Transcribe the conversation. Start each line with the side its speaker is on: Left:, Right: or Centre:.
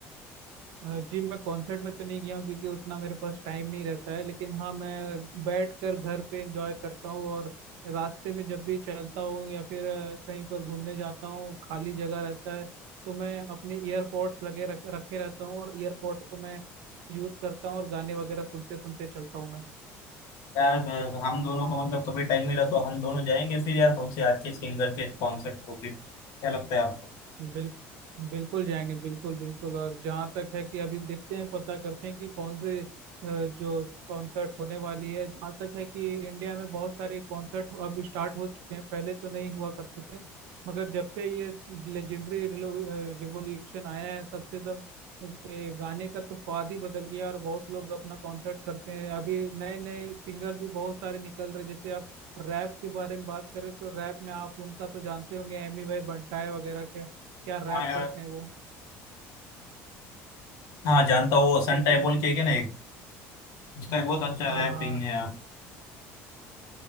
Right: अ, जी मैं कॉन्सर्ट में तो नहीं गया हूँ क्योंकि उतना मेरे पास टाइम नहीं रहता है लेकिन हाँ मैं बैठ कर घर पे एंजॉय करता हूँ और रास्ते में जब भी चलता हूँ या फिर अ, कहीं पर घूमने जाता हूँ खाली जगह रहता है तो मैं अपने ईयरपॉड्स लगे रख, रखे रहता हूँ और ईयरपॉड्स को मैं यूज करता हूँ और गाने वगैरह सुनते सुनते चलता हूँ मैं
Left: यार अ, हम दोनों को मतलब कभी टाइम मिला तो हम दोनों जाएंगे फिर यार कौन से अच्छे सिंगर के कॉन्सर्ट को फिर क्या लगता है आपको
Right: बिल, बिल्कुल जाएंगे बिल्कुल बिल्कुल और जहाँ तक है कि अभी देखते हैं पता करते हैं कि कौन से अ, जो कॉन्सर्ट होने वाली है जहाँ तक है कि इंडिया में बहुत सारे कॉन्सर्ट अब स्टार्ट हो चुके हैं पहले तो नहीं हुआ करते थे मगर जब से ये लेजेंडरी रिवोल्यूशन आया है तब से तब ये गाने का तो स्वाद ही बदल गया और बहुत लोग अपना कॉन्सर्ट करते हैं अभी नए नए सिंगर भी बहुत सारे निकल रहे हैं। जैसे आप रैप के बारे में बात करें तो रैप में आप उनका तो जानते होंगे एमी भाई बंटाए वगैरह के क्या रैप
Left: हाँ यार
Right: करते हैं वो
Left: हाँ जानता हूँ वो सन
Right: क्या कहना
Left: टाइप बोल
Right: चाहिए
Left: के है क्या ना एक उसका बहुत अच्छा
Right: हाँ
Left: रैपिंग
Right: हाँ
Left: है यार